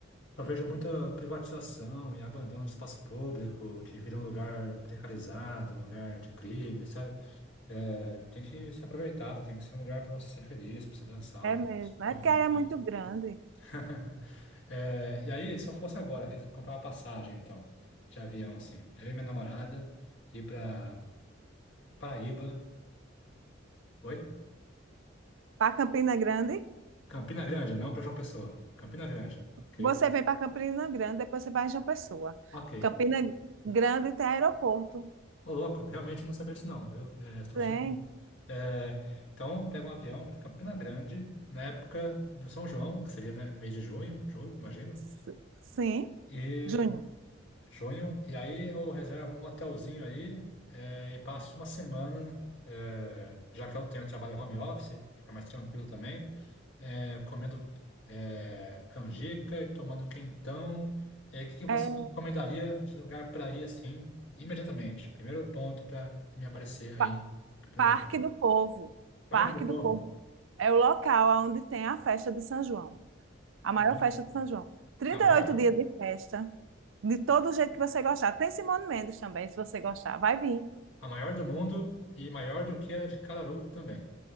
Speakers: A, on the left (about 70°); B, on the right (about 80°).
A: eu vejo muita privatização e abandono do espaço público, que vira um lugar precarizado, um lugar de crime, sabe? É, tem que ser aproveitado, tem que ser um lugar para você ser feliz, para você dançar,
B: É
A: ouvir
B: mesmo.
A: música,
B: É
A: comer.
B: porque aí
A: beber.
B: é muito grande.
A: <laughs> É, e aí, se eu fosse agora res- comprar uma passagem, então, de avião, assim, eu e minha namorada, ir para Paraíba. Oi?
B: Para Campina Grande,
A: Campina Grande, não para João Pessoa. Campina Grande. Ok.
B: você vem para Campina Grande, depois você vai em João Pessoa.
A: Ok.
B: Campina Grande tem aeroporto.
A: Ô, louco, realmente não sabia disso, não. Eu é, estou
B: Tem.
A: chocado. É, então, pega um avião para Campina Grande, na época do São João, que seria, né, mês de junho, julho, imagino.
B: S- Sim,
A: E
B: Júnior.
A: junho, e aí eu reservo um hotelzinho aí é, e passo uma semana, é, já que eu tenho trabalho home office, fica mais tranquilo também. é, comendo é, canjica e tomando quentão. É, o que que você
B: É
A: me recomendaria de lugar para ir assim, imediatamente? Primeiro ponto para me aparecer aí
B: Pa-
A: pra planejar.
B: Parque do Povo.
A: Parque
B: Parque
A: do Povo,
B: do Povo. É o local onde tem a festa de São João. A maior
A: a ma-
B: festa de São João. 38
A: a maior,
B: dias de festa. De todo jeito que você gostar. Tem Simone Mendes também, se você gostar. Vai vir.
A: a maior do mundo e maior do que a de Cararu também.